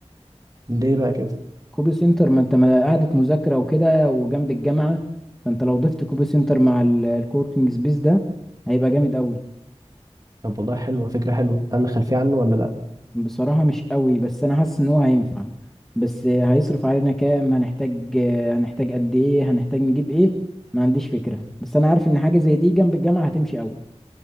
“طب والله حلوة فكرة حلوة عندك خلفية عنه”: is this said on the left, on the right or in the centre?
Right